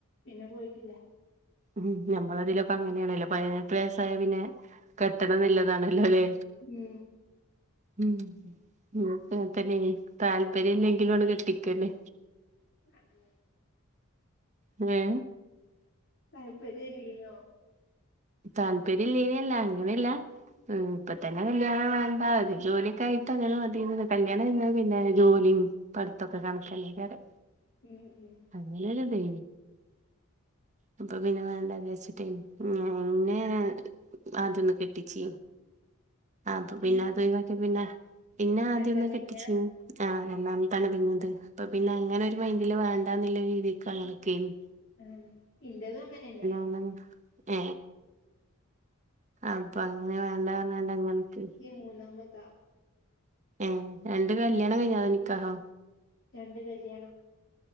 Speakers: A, on the left (about 60°); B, on the right (about 35°).
A: പിന്നെ പോയിട്ടില്ല
B: ഉം ഞമ്മള തിലൊക്കെ അങ്ങനെയാണല്ലോ പയിനെട്ട് വയസ്സായ പിന്നെ കെട്ടണം ന്ന് ല്ലതാണല്ലോല്ലേ
A: മ്
B: ഉം ഉം പ്പഅങ്ങൻതന്നേനി താല്പര്യം ഇല്ലെങ്കിലും അണ്ട് കെട്ടിക്കല്ലെ
A: <inaudible>
B: ങ്ങേ
A: താല്പര്യല്ലോനിയോ
B: താല്പര്യം ഇല്ലേനില്ല അങ്ങനെയല്ല ഉം ഇപ്പ തന്നെ കല്യാണം വേണ്ടാ ഒരു ജോലിയൊക്കെ ആയി ത്തങ്ങനെ മതിന്നത് കല്യാണം കഴിഞ്ഞ പിന്നെ ജോലിയും പഠിത്തെക്കെ കണക്കനെ വേറെ
A: ഉം ഉം
B: അങ്ങനെരുതെ അപ്പൊ പിന്നെ വേണ്ട വിചാരിച്ചിട്ടേ ഞാൻ എന്നെ ആദ്യൊന്ന് കെട്ടിച്ച് അപ്പം പിന്നെ
A: എനി
B: അതൊയി വാക്കി പിന്നെ ഇന്നെ ആദ്യൊന്ന്
A: എന്താ മയ്ഞ്ഞ
B: കെട്ടിച്ച്. ആഹ് രണ്ടാമത്താണ് പിന്നത് അപ്പൊ പിന്നെ അങ്ങനെ ഒരു മൈൻഡില് വേണ്ടാന്നുള്ള രീതിക്കങ്ങനെക്കേനി
A: ആഹ് ഇന്റെതും അങ്ങനെന്നെ.
B: <inaudible> ഏ അപ്പൊ അങ്ങനെ വേണ്ടാർന്ന് അങ്ങനെക്കേനി
A: മൂന്നാമത്ത
B: ഏ അന്റെ കല്യാണം കഴിഞ്ഞാ അതോ നിക്കാഹോ
A: രണ്ട് കല്യാണം